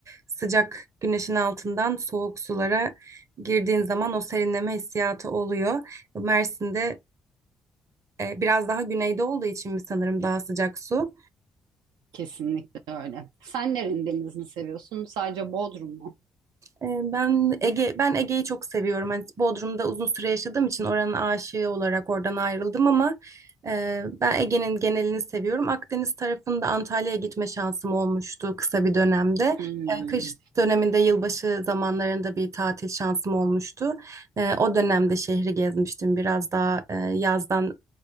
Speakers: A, on the right; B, on the right.
A: sıcak güneşin altından soğuk sulara girdiğin zaman o serinleme hissiyatı oluyor. Mersin'de e, biraz daha güneyde olduğu için mi sanırım daha sıcak su.
B: Kesinlikle öyle. Sen nerenin denizini seviyorsun? Sadece Bodrum mu?
A: Ee, Ben Ege ben Ege'yi çok seviyorum. Hani Bodrum'da uzun süre yaşadığım için oranın aşığı olarak oradan ayrıldım ama e, ben Ege'nin genelini seviyorum. Akdeniz tarafında Antalya'ya gitme şansım olmuştu kısa bir dönemde.
B: Hmm.
A: E, Kış döneminde yılbaşı zamanlarında bir tatil şansım olmuştu. E, O dönemde şehri gezmiştim. Biraz daha e, yazdan